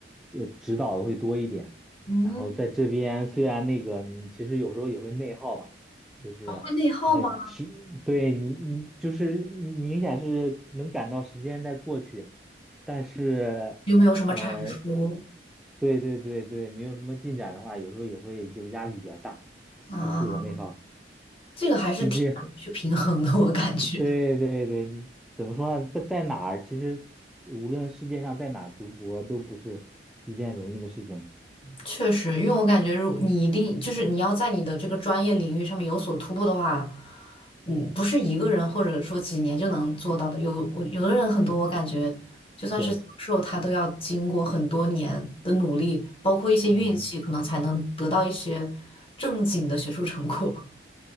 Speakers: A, in the centre; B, on the left (about 30°).
A: 这指导的会多一点。
B: 嗯，
A: 然后在这边虽然那个你其实有时候也会内耗吧，就是呃，
B: 啊会内耗吗？
A: 其对你你就是你明显是能感到时间在过去，但是。
B: 有没有什么产出
A: 呃，对对对对，没有什么进展的话，有时候也会就压力比较大，
B: 啊？
A: 就自我内耗。
B: 这个还是挺难去平衡的，
A: 毕竟，
B: 我感觉。
A: <laughs> 对对对，你怎么说呢？在在哪儿，其实无论世界上在哪儿读博都不是一件容易的事情嘛
B: 确实，因为我感觉，如你一定就是你要在你的这个专业领域上面有所突破的话，嗯，不是一个人或者说几年就能做到的。有我有的人很多，我感觉就算是教授，
A: 对，
B: 他都要经过很多年的努力，包括一些运气，
A: 嗯，
B: 可能才能得到一些正经的学术成果。<laughs>